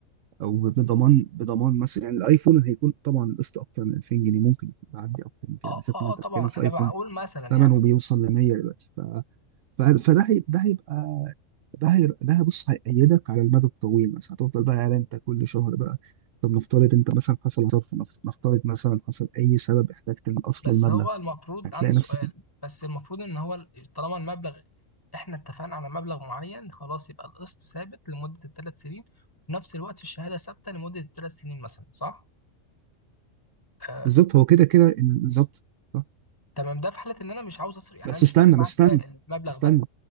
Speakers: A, on the right; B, on the left.
A: او بضمان بضمان مثلا يعني الايفون هيكون طبعا القسط اكتر من 2000 جنيه ممكن يعدي اكتر من كده
B: اه
A: بالذات
B: اه
A: ان انت
B: اه طبعا
A: بتتكلم في
B: انا
A: ايفون
B: بقول مثلا
A: ثمنه
B: يعني
A: بيوصل ل 100 دلوقتي ف- فده هي- ده هيبقى ده هي ده بص هيأيدك على المدى الطويل مثلا هتفضل بقى قاعد انت كل شهر بقى طب نفترض انت مثلا حصل ظرف نف- نفترض مثلا حصل اي سبب احتجت من اصل
B: بس
A: المبلغ
B: هو المفروض
A: هتلاقي
B: عندي سؤال
A: نفسك
B: بس المفروض ان هو ال- طالما المبلغ احنا اتفقنا على مبلغ معين خلاص يبقى القسط ثابت لمدة الثلاث سنين ونفس الوقت الشهادة ثابتة لمدة الثلاث سنين مثلا صح؟ آه
A: بالظبط هو كده كده ال- بالظبط صح
B: تمام ده في حالة ان انا مش عاوز اصرف يعني
A: بس
B: انا مش
A: استنى
B: فارق معايا
A: بس استنى
B: المبلغ
A: استنى
B: ده